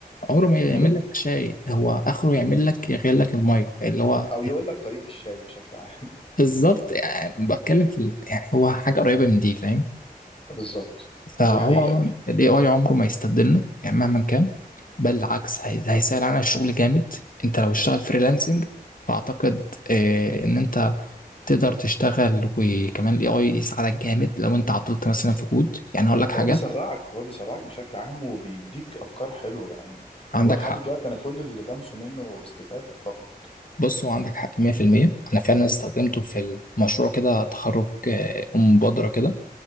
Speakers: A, on the left; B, on the left.
A: عمره ما يعمل
B: امم
A: لك شاي هو اخره يعمل لك يغلي لك الميه اللي هو
B: او يقول لك طريقه الشاي بشكل عام
A: بالظبط يعني بتكلم في ال- يعني هو حاجه قريبه من دي فاهم
B: <laughs> بالظبط
A: فهو
B: دي حقيقه
A: عموما ال AI عمره ما يستبدلنا يعني مهما كان بل العكس هي- هيسهل علينا الشغل جامد انت لو اشتغل فريلانسنج فاعتقد آه، ان انت تقدر تشتغل وكمان الاي اي يساعدك جامد لو انت عطلت مثلا في كود يعني هقول لك حاجه
B: هو بيسرعك هو بيسرعك بشكل عام وبيديك افكار حلوه يعني
A: عندك
B: هو لحد
A: حق
B: دلوقتي انا كل اللي لمسه منه استفاده فقط
A: بص هو عندك حق 100% انا فعلا استخدمته في المشروع كده تخرج آه، مبادره كده